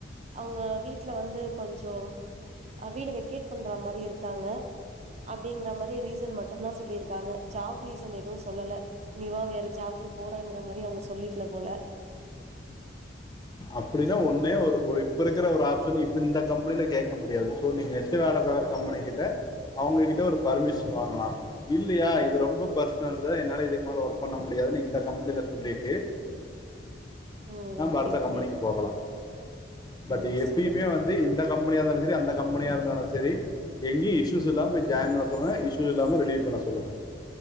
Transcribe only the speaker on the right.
அவுங்க வீட்டுல வந்து கொஞ்சம் அ வீடு வெக்கேட் பண்ற மாரி இருக்காங்க அப்டிங்கிற மாரி ரீசன் மட்டுதா சொல்லியிருக்காங்க ஜாப் ரீசன் எதுவு சொல்லல நீ வா வேற ஜாப்க்கு போறேங்கிற மாரி அவுங்க சொல்லிக்கல போல
ஓ
ஓகே
ஓகே
ஓ
சேரிங்க